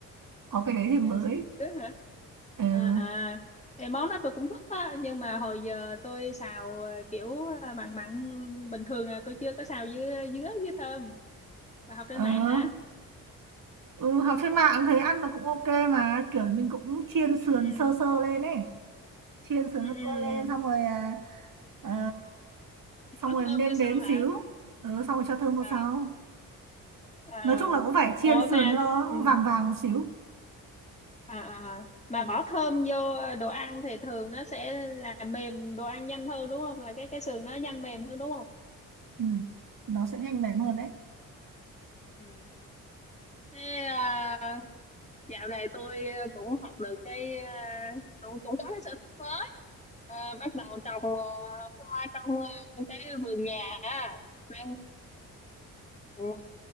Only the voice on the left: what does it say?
đường xào dứa hả
à à thì món đó tôi cũng thích á nhưng mà hồi giờ tôi xào ờ, kiểu ờ, mặn mặn bình thường à tôi chưa có xào dứa dứa với thơm bà học trên
mạng hả
ừ
ừ ừ
ừ.
bỏ
thơm
vô sau
hả
à
À,
ủa
mà
ừ,
à, à, à, mà bỏ thơm vô đồ ăn thì thường nó sẽ làm mềm đồ ăn nhanh hơn đúng không? Là cái cái sườn nó nhanh mềm hơn đúng không?
Ừ. Thế à, dạo này tôi cũng học được cái à, cũng cũng có cái sở thích mới À, bắt đầu trồng à, hoa trong à, cái vườn nhà á. mang Ừ,